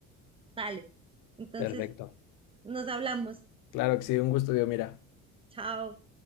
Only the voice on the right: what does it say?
Vale, entonces
nos hablamos.
Chao.